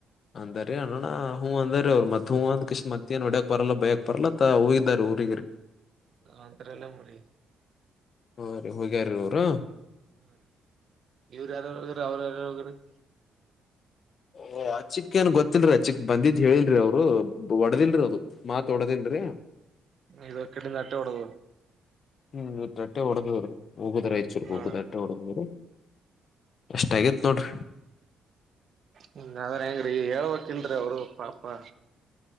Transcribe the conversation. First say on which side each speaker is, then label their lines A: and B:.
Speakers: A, on the left; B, on the right.
A: ಅಂದರೇ ಅರುಣಾ ಹೂ ಅಂದಾರ ಅವ್ರ್ ಮತ್ ಹೂ ಅಂದ ಕಿಷ್ ಮತ್ತ ಏನ್ ಹೊಡಿಯಕ್ ಬರಲ್ಲ ಬೈಯಕ್ ಬರಲ್ಲತ್ತ ಹೋಗಿದಾರ ಊರಿಗಿರಿ.
B: ಅದ್ರಲ್ಲೇ ಮುರಿ
A: ಹೂ ರೀ ಹೋಗ್ಯಾರ ಊರು
B: ಹಾ ರೀ ಇವ್ರು ಯಾರಗ್ರ ಅವ್ರ ಯಾರ್ <unintelligible>
A: ಓ ಅಚ್ಚಿಕ್ಏನ್ ಗೊತ್ತಿಲ್ರರಿ ಚ್ಚಿಕ್ ಬಂದಿದ್ ಹೇಳಿಲ್ರರಿ ಅವ್ರು ಓಡ್ದಿಲ್ರಿ ಅದು ಮಾತ್ ಒಡದಿಲ್ರರಿ.
B: ಇದುಕ್ಕ <unintelligible> ಹೋಡುದ್ರು
A: ಹ್ಮ್ ಇವತ್ ರಟ್ಟೆ ಹೊಡ್ದವ್ರೆ. ಹೂಗುದ್ರ ರೈಚ್ಚೂರ್
B: ಹಾ
A: ಹೋಗು ರಟ್ಟೆ ಹೊಡ್ದಿದ್ರೆ. ಇಸ್ಟ್ ಆಗಿತ್ ನೋಡ್ರಿ
B: ಹ್ಮ ಅವ್ರ್ ಹೆಂಗ್ರೀ ಹೇಳ್ಬೇಕ ಇಲ್ರಿ ಅವ್ರು ಪಾಪ್. ಪಾ